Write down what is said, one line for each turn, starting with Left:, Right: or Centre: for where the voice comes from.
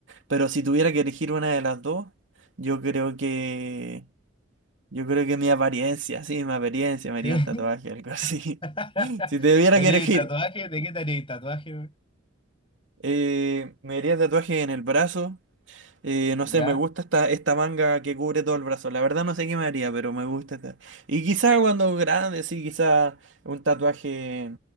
Right: pero si tuviera que elegir una de las dos, yo creo que... Yo creo que mi apariencia, sí, mi apariencia, me
Left: Sí.
Right: haría un tatuaje, algo así.
Left: <laughs>
Right: <laughs> Si te tuviera
Left: ¿Tenéis
Right: que elegir,
Left: tatuaje? ¿De qué tenéis tatuaje, güey?
Right: eh, me haría tatuaje en el brazo. eh, no
Left: ¿Ya?
Right: sé, me gusta esta, esta manga que cubre todo el brazo. La verdad no sé qué me haría, pero me gusta esta. Y quizá cuando grande, sí, quizá un tatuaje